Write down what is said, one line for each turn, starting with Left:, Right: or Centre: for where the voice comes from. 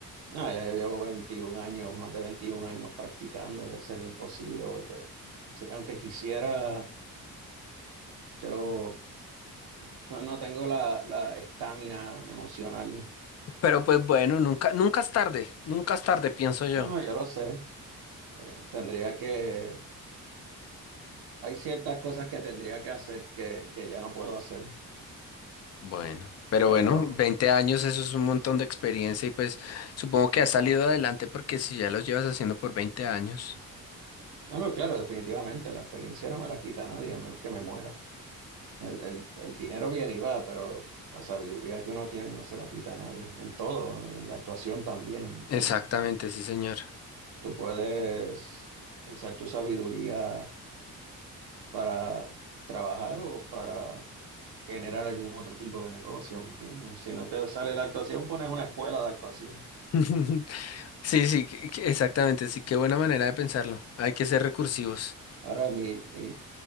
Right: Ah, ya yo llevo 21 años, más de 21 años practicando, ya sería imposible volver. Sí, aunque quisiera, yo no, no tengo la la estamina emocional.
Left: pero pues bueno, nunca, nunca es tarde, nunca es tarde, pienso yo.
Right: Ah, no, yo lo sé. pero Tendría que hay ciertas cosas que tendría que hacer que, que ya no puedo hacer.
Left: Bueno, pero
Right: Pero,
Left: bueno, 20 años, eso es un montón de experiencia y pues supongo que has salido adelante porque si ya los llevas haciendo por 20 años.
Right: ah, no, claro, definitivamente, la experiencia no me la quita nadie, a menos que me muera. El, el, el dinero viene y va, pero la sabiduría que uno tiene no se la quita a nadie, en todo, en la actuación también, ¿me entiendes?
Left: Exactamente, sí, señor.
Right: Tú puedes usar tu sabiduría para trabajar o para generar algún otro tipo de negocio, ¿me entiendes? Si no te sale la actuación, pones una escuela de actuación.
Left: <laughs> Sí, sí, que- que- exactamente, sí, qué buena manera de pensarlo. Hay que ser recursivos.
Right: Ahora, mi, mi